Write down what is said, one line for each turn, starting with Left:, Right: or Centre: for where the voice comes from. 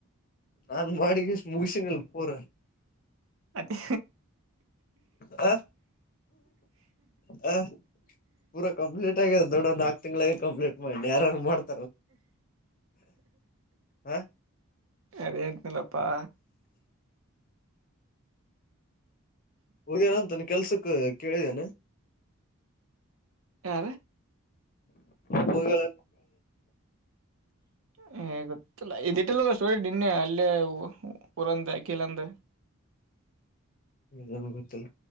Left: ನಾನ್ ಮಾಡಿಗೆಷ್ಟ ಮುಗಸಿನಲ್ ಪೂರ
Right: ಅತ್ತ
Left: ಹ ಹ ಪೂರ ಕಂಪ್ಲೀಟ್ ಆಗಿದೆ ದೊಡ್ಡ ನಾಕಕ್ ತಿಂಗಳಿಗೆ ಕಂಪ್ಲೀಟ್ ಮಾಡಿ ಯಾರು ಮಾಡ್ತಾರೆ ಹ
Right: ಅದಂತಲ್ಲ ಬಾ
Left: ಹೋಗಿನಾಮ್ ತಾನ ಕೆಲ್ಸಕ್ ಕೇಳಿದೇನೆ
Right: ಆ
Left: ಬಯಳ
Right: ಹ ಗೊತ್ತ ಇದ ನಿನ್ನೆ ಇ ಉರಂದ ಕೀಲಂದ
Left: ನನ್ ಗೊತ್ತಿಲ್ಲ